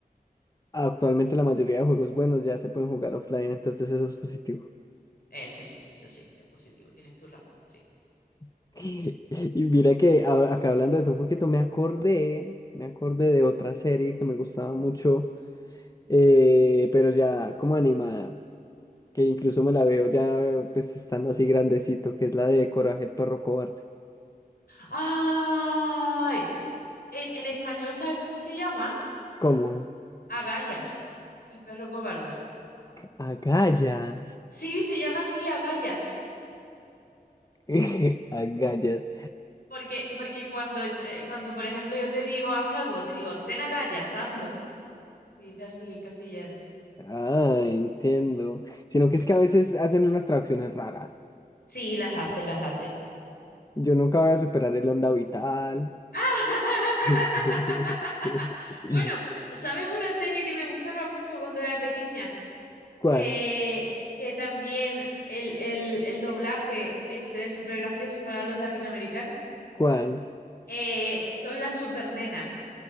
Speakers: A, on the left; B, on the left.
A: actualmente la mayoría de juegos buenos ya se pueden jugar offline, entonces eso es positivo.
B: Eso sí, eso sí, es positivo, tienes tu razón, sí.
A: <laughs> Y mira que hab- acá hablando de todo un poquito, me acordé, me acordé de otra serie que me gustaba mucho, eh, pero ya como animada, que incluso me la veo ya pues estando así grandecito, que es la de Coraje el perro cobarde.
B: ¡Ay! En, en español, ¿sabes cómo se llama?
A: ¿Cómo?
B: Agallas, el perro cobarde.
A: Agallas.
B: Sí, se llama así, agallas.
A: <laughs> Agallas.
B: Porque, porque cuando, eh, cuando, por ejemplo, yo te digo, haz algo, te digo, ten agallas, hazlo. Y dice así en castellano.
A: Ah, entiendo. Sino que es que a veces hacen unas traducciones raras.
B: Sí, las hace, las hace.
A: Yo nunca voy a superar el onda vital.
B: <laughs> <laughs>
A: <laughs>
B: Bueno, ¿sabes una serie que me gustaba mucho cuando era pequeña?
A: ¿Cuál?
B: Eh, que también el, el, el doblaje es eh, súper gracioso para los latinoamericanos.
A: ¿Cuál?
B: Eh, son las supernenas.